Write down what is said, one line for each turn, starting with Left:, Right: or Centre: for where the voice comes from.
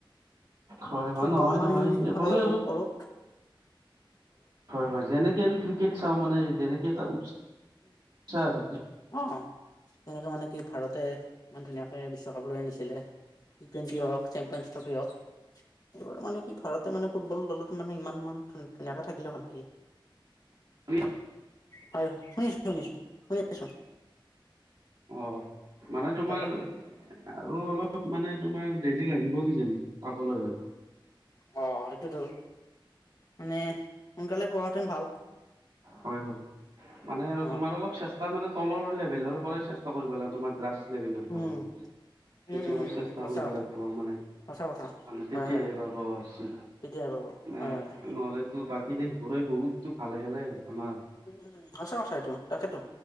Right: হয় হয়
Left: ফুটবল
Right: নহয় নহয়
Left: আমি সদায়
Right: হ'লে
Left: উপভোগ
Right: আৰু
Left: কৰোঁ।
Right: হয়-হয়, যেনেকে আমি ক্ৰিকেট চাওঁ মানে যেনেকে এটা উ-উসাহ আছে।
Left: অঁ', তেনেকে মানে কি ভাৰতে ইমান ধুনীয়াকে বিশ্বকাপ লৈ আনিছিলে। টি টুৱেণ্ট হওঁক, চেম্পিয়ন ট্ৰফ হওঁক। এইবাৰ মানে কি ভাৰতে মানে ফুটবল দলত মানে ইমান ধ-ধুনীয়াকে থাকিলে ভাল লাগিল।
Right: <inaudible>
Left: হয়, শুনিছো-শুনিছো, শুনিছো।
Right: অ'। মানে তোমাৰ
Left: তাকে
Right: আৰু অলপ মানে তোমাৰ দেৰি লাগিব কিজানি পাবলৈ।
Left: অঁ', -সেইটোতো, মানে সোনকালে পোৱা হেঁতেন ভাল।
Right: হয়-হয়, মানে আৰু
Left: অ
Right: তোমাৰ অলপ চেষ্টা মানে- তলৰ লেভেলৰ পৰাই চেষ্টা কৰিব লাগে তোমাৰ ক্লাছ লেভেলৰ পৰাই-
Left: উম উম
Right: এইটো
Left: উম
Right: অলপ
Left: উম
Right: চেষ্টা
Left: সঁচা
Right: কৰিব
Left: কথা
Right: লাগিব মানে।
Left: সঁচা কথা
Right: মানে তেতিয়াই
Left: হয় হয়
Right: এইবাৰ আছে,
Left: তেতিয়াই পাব
Right: মানে
Left: হয় হয় হয়
Right: নহ'লে তো বাকী দেশবোৰে বহুত ভাল খেলে আমাৰ
Left: উম, সঁচা কথা এইটো, তাকেতো,